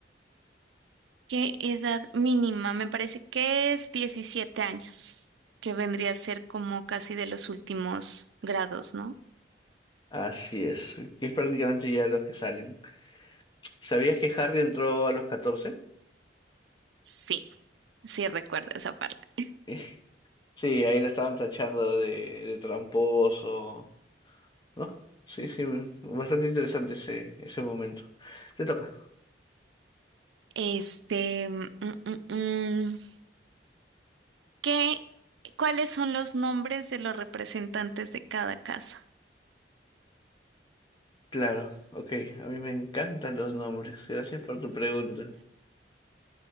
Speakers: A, on the right; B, on the left.
A: ¿Qué edad mínima? Me parece que es 17 años, que vendría a ser como casi de los últimos grados, ¿no?
B: Así es, que es prácticamente ya los que salen. ¿Sabías que Harry entró a los 14?
A: Sí, sí recuerdo esa parte.
B: <laughs> Sí, ahí lo estaban tachando de, de tramposo, ¿no? Sí, sí, mm, bastante interesante ese, ese momento. Te toca.
A: Este, mm, mm, mm, ¿qué, cuáles son los nombres de los representantes de cada casa?
B: Claro, ok, a mí me encantan los nombres. Gracias por tu pregunta.